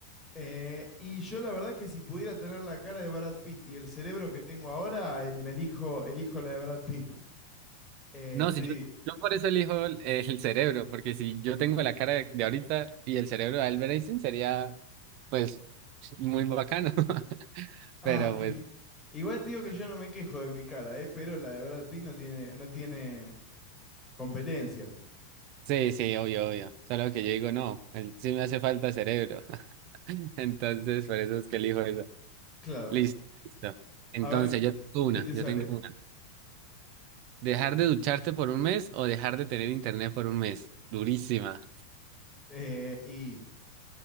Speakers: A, in the centre; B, on the right.
A: Eh, y yo la verdad que si pudiera tener la cara de Brad Pitt y el cerebro que tengo ahora, el, me elijo, elijo la de Brad Pitt. Eh,
B: No,
A: estoy...
B: si yo, yo por eso elijo el, el cerebro, porque si yo tengo la cara de, de ahorita y el cerebro de Albert Einstein sería, pues, muy bacano. <laughs>
A: Ah,
B: Pero
A: i-
B: pues,
A: igual te digo que yo no me quejo de mi cara, eh, pero la de Brad Pitt no tiene, no tiene competencia.
B: sí, sí, obvio, obvio. Solo que yo digo, no, el- sí me hace falta cerebro. <laughs> Entonces, por eso es que elijo eso.
A: Claro.
B: Listo, listo. Entonces,
A: A ver,
B: yo tengo una,
A: ¿qué te
B: yo
A: sale?
B: tengo una. ¿Dejar de ducharte por un mes o dejar de tener internet por un mes? Durísima.
A: Eh, y